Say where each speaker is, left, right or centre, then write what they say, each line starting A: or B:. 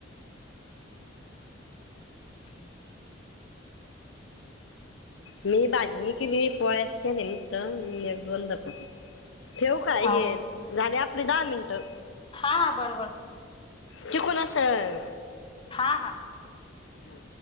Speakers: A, on the left; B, on the left.
A: <inaudible>
B: मी बाजीनी केली पळस केले नसत. एक दोन दपट ठेव का हे
A: हाव
B: झाले आपली दहा मिनटं.
A: हा बरोबर.
B: त कोण असं.
A: हां हां.
B: हा.